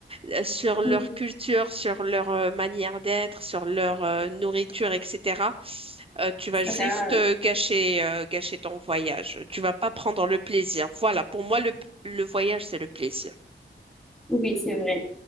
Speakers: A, on the right (about 25°); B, in the centre.
A: euh, sur leur
B: Mhm.
A: culture, sur leur euh, manière d'être, sur leur euh, nourriture, etc. euh, tu vas
B: Ça
A: juste
B: sert à-
A: euh, gâcher euh, gâcher ton voyage. Tu vas pas prendre le plaisir. Voilà, pour moi, le le voyage, c'est le plaisir.
B: Oui, c'est vrai.